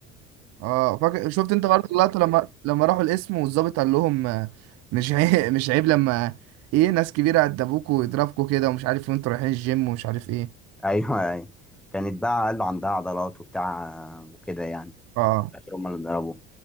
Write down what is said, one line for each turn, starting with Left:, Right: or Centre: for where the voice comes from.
Right: اه فاكر شفت انت برضه اللقطة لما لما راحوا القسم والظابط قال لهم آه، مش عيب <laughs> مش عيب لما ايه ناس كبيرة عدبوكوا ويضربكوا كده ومش عارف إيه، وانتوا رايحين الجيم ومش عارف ايه
Centre: <laughs> ايوه ايوه كانت بقى قالوا عندها عضلات وبتاع آه، وكده يعني
Right: اه
Centre: في الاخر هم اللي ضربوه